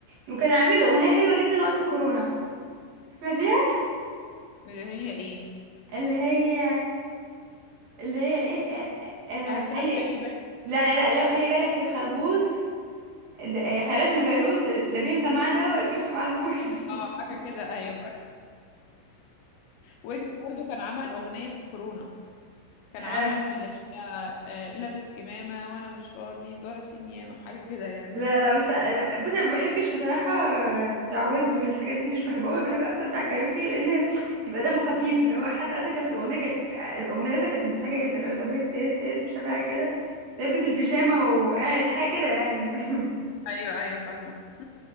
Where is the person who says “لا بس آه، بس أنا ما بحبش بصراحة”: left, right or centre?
Right